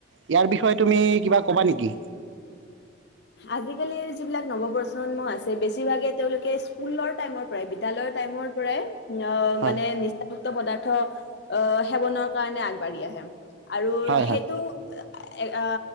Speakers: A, on the right; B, on the left.
A: ইয়াৰ বিষয়ে তুমি। ক'বা নেকি?
B: আজিকালিৰ যিবিলাক নৱপ্ৰজন্ম আছে বেছিভাগে তেওঁলোকে স্কুলৰ টাইমৰ পৰাই বিদ্যালয় টাইমৰ পৰাই অ
A: হয়
B: মানে নি যুক্ত পদাৰ্থ আহ সেৱনৰ কাৰণে আগবাঢ়ি আহে। আৰু
A: হয়
B: সেইটো
A: হয়
B: এ অ